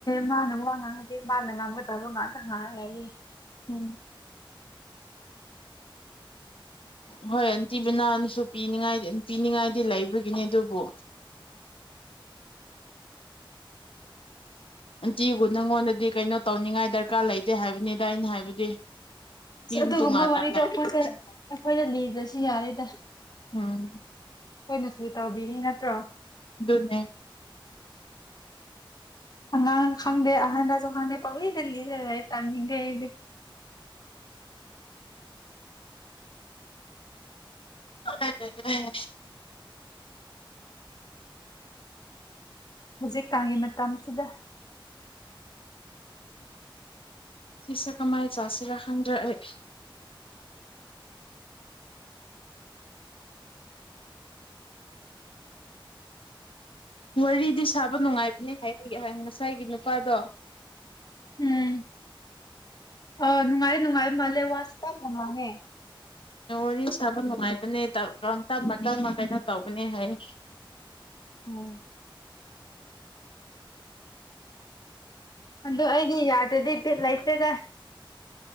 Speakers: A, on the left; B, on the left.
A: ꯃꯥꯥꯟꯅ ꯋꯥ ꯉꯥꯡꯉꯗꯤ ꯃꯥꯥꯟꯅ ꯉꯥꯡꯕ ꯗꯥꯏꯂꯣ ꯉꯥꯛꯇ ꯉꯥꯡꯉꯒꯅꯤ
B: ꯎꯝ ꯍꯣꯏ ꯑꯟꯇꯤꯕꯤꯅꯥꯎꯟꯁꯨ ꯄꯤꯅꯤꯡꯉꯥꯏ ꯄꯤꯅꯤꯡꯉꯥꯏꯗꯤ ꯂꯩꯕꯒꯤꯅꯤ ꯑꯗꯨꯕꯨ ꯑꯟꯇꯤꯕꯨ ꯅꯪꯉꯣꯟꯗꯗꯤ ꯀꯩꯅꯣ ꯇꯧꯅꯤꯡꯉꯥꯏ ꯗꯔꯀꯥꯔ ꯂꯩꯇꯦ ꯍꯥꯏꯕꯅꯤꯗ ꯑꯩꯅ ꯍꯥꯏꯕꯗꯤ
A: ꯑꯁ
B: ꯌꯨꯝ
A: ꯑꯗꯨꯒꯨꯝꯕ
B: ꯇꯣꯉꯥꯟꯅ
A: ꯋꯥꯔꯤꯗ
B: ꯂꯩꯈ꯭ꯔꯕꯅꯤꯅ
A: ꯑꯩꯈꯣꯏꯁꯦ ꯑꯩꯈꯣꯏꯗ ꯂꯤꯗ꯭ꯔꯁꯨ ꯌꯥꯔꯦꯗ
B: ꯎꯝ
A: ꯑꯩꯈꯣꯏꯅꯁꯨ ꯇꯧꯕꯤꯔꯤ ꯅꯠꯇ꯭ꯔꯣ
B: ꯑꯗꯨꯅꯦ
A: ꯑꯉꯥꯡ ꯈꯪꯗꯦ ꯑꯍꯟꯅꯁꯨ ꯈꯪꯗꯦ ꯄꯪꯂꯤꯗ ꯂꯤ ꯂꯩꯔꯦ ꯆꯡꯅꯤꯡꯗꯦ ꯑꯩꯗꯤ
B: <unintelligible>
A: ꯍꯧꯖꯤꯛꯀꯥꯟꯒꯤ ꯃꯇꯝꯁꯤꯗ
B: ꯐꯤꯆꯀ ꯑꯃꯥ ꯆꯥꯁꯤꯔ ꯈꯪꯗ꯭ꯔꯦ ꯑꯩ ꯋꯥꯔꯤꯗꯤ ꯁꯥꯕ ꯅꯨꯡꯉꯥꯏꯕꯅꯦ ꯍꯥꯏꯕꯅꯦ ꯉꯁꯥꯏꯒꯤ ꯅꯨꯄꯥꯗꯣ
A: ꯎꯝ ꯑꯥ ꯅꯨꯡꯉꯥꯏ ꯅꯨꯡꯉꯥꯏꯕ ꯃꯥꯜꯂꯦ ꯋꯥꯁꯨ ꯄꯥꯛ ꯉꯥꯡꯉꯦ
B: ꯋꯥꯔꯤ ꯁꯥꯕ ꯅꯨꯡꯉꯥꯏꯕꯅꯦꯝ ꯇꯞꯅ ꯇꯞꯅ ꯀꯩꯅꯣ ꯇꯧꯕꯅꯦ ꯍꯥꯏꯌꯦ
A: ꯎꯝ ꯑꯗꯣ ꯑꯩꯗꯤ ꯌꯥꯗꯗꯤ ꯕꯤꯠ ꯂꯩꯇꯦꯗ